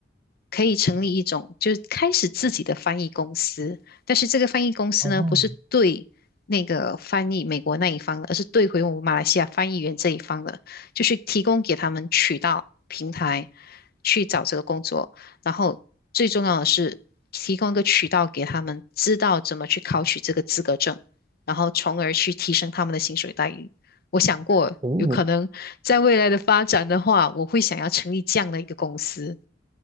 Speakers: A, on the left; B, on the right.
A: 可以成立一种就是开始自己的翻译公司，但是这个翻译公司呢，
B: 哦，
A: 不是对那个翻译美国那一方的，而是对回我们马来西亚翻译员这一方的，就是提供给他们渠道平台去找这个工作，然后最重要的是提供一个渠道给他们，知道怎么去考取这个资格证。然后从而去提升他们的薪水待遇。我想过，
B: 诶，你
A: 有可能在未来的发展的话，我会想要成立这样的一个公司。